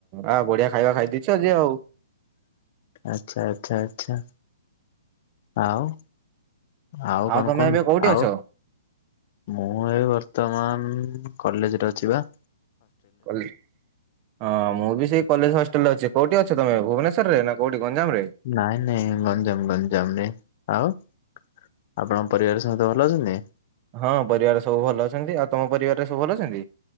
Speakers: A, on the right; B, on the left.
A: ଆ ବଢିଆ ଖାଇବା ଖାଇ ଦେଇଛ ଆଜି ଆଉ।
B: ଆଚ୍ଛା ଆଚ୍ଛା ଆଚ୍ଛା ଆଉ ଆଉ କଣ
A: ତମେ
B: କୁହନ୍ତୁ
A: ଏବେ କୋଉଠି
B: ଆଉ?
A: ଅଛ?
B: ମୁଁ ଏ ବର୍ତ୍ତମାନ କଲେଜରେ ଅଛିି ପା।
A: କଲେ ହଁ ମୁଁ ବି ସେଇ କଲେଜ ହଷ୍ଟେଲ ରେ ଅଛି କୋଉଠି ଅଛ ତମ ଭୁବେଶ୍ଵରରେ ନା କୋଉଠି ଗଞ୍ଜାମରେ?
B: ନାଇଁ ନାଇଁ ଗଞ୍ଜାମ ଗଞ୍ଜାମ ରେ ଆଉ? ଆପଣଙ୍କ ପରିବାର ସହିତ ଭଲ ଅଛନ୍ତି?
A: ହଁ ପରିବାର ସବୁ ଭଲ ଅଛନ୍ତି ଆଉ ତମ ପରିବାରରେ ସବୁ ଭଲ ଅଛନ୍ତି?